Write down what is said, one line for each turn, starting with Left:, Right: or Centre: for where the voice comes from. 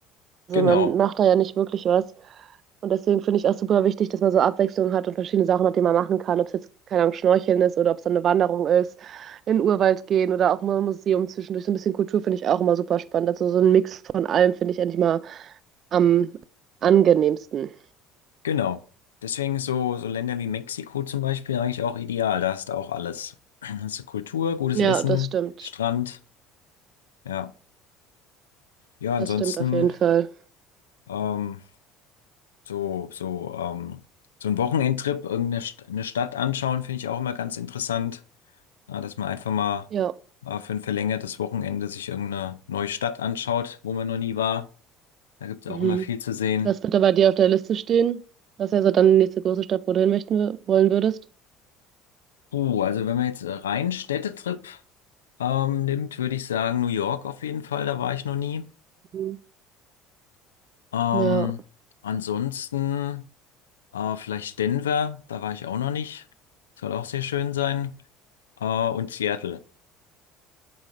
Right: Also
Left: Genau.
Right: man macht da ja nicht wirklich was. Und deswegen finde ich auch super wichtig, dass man so Abwechslung hat und verschiedene Sachen hat, die man machen kann. Ob es jetzt, keine Ahnung, Schnorcheln ist oder ob es dann eine Wanderung ist, in den Urwald gehen oder auch mal ein Museum zwischendurch. So ein bisschen Kultur finde ich auch immer super spannend. Also so ein Mix von allem finde ich eigentlich mal am angenehmsten.
Left: Genau. Deswegen so, so Länder wie Mexiko zum Beispiel eigentlich auch ideal. Da hast du auch alles. <clears throat> Hast du Kultur, gutes
Right: Ja,
Left: Essen,
Right: das stimmt.
Left: Strand. Ja. Ja,
Right: Das
Left: ansonsten
Right: stimmt auf jeden Fall.
Left: ähm, so, so, ähm, so ein Wochenendtrip, irgendeine St eine Stadt anschauen, finde ich auch immer ganz interessant. Ja, dass man einfach mal
Right: Ja.
Left: äh, für ein verlängertes Wochenende sich irgendeine neue Stadt anschaut, wo man noch nie war. Da gibt
Right: Mhm.
Left: es auch immer viel zu sehen.
Right: Was wird da bei dir auf der Liste stehen? Was wäre so dann die nächste große Stadt, wo du hin möchten, wür- wollen würdest?
Left: Uh, also wenn man jetzt äh, rein Städtetrip ähm, nimmt, würde ich sagen, New York auf jeden Fall, da war ich noch nie.
Right: Mhm.
Left: Ähm,
Right: Ja.
Left: ansonsten äh, vielleicht Denver, da war ich auch noch nicht. Soll auch sehr schön sein. Äh, und Seattle,